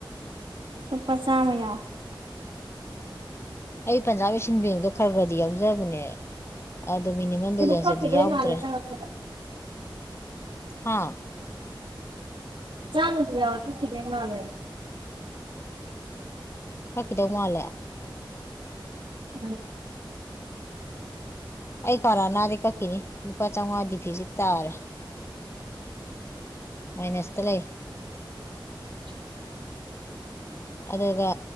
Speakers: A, on the right; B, on the left.
A: ꯂꯨꯄꯥ ꯆꯥꯝꯃ ꯌꯥꯎꯋꯦ
B: ꯑꯩ ꯄꯟꯖꯥꯕ ꯋꯦꯁꯟ ꯕꯦꯡꯗꯣ ꯈꯔ ꯈꯔꯗꯤ ꯌꯥꯎꯖꯕꯅꯦ ꯑꯗꯨ ꯃꯤꯅꯤꯃꯝ
A: ꯑꯗꯨ
B: ꯕꯦꯂꯦꯟꯁꯇꯗꯤ
A: ꯀꯛꯈꯤꯗꯣꯏ
B: ꯌꯥꯎꯗ꯭ꯔꯦ
A: ꯃꯥꯜꯂꯦ ꯆꯪꯉꯛꯄꯗ
B: ꯍꯥꯥ
A: ꯆꯥꯝꯃꯥꯗꯤ ꯌꯥꯎꯏ ꯀꯥꯛꯈꯤꯗꯨꯕ ꯃꯥꯂꯦ
B: ꯀꯥꯛꯈꯤꯗꯧ ꯃꯥꯜꯂꯦ
A: ꯎꯝ
B: ꯑꯩ ꯄꯔꯅꯗꯤ ꯀꯥꯛꯈꯤꯅꯤ ꯂꯨꯄꯥꯆꯥꯎꯉꯗꯤ ꯗꯤꯐꯤꯁꯤꯠ ꯇꯔꯦ
A: <unintelligible>
B: ꯃꯥꯏꯅꯁꯇ ꯂꯩ
A: <unintelligible>
B: ꯑꯗꯨꯒ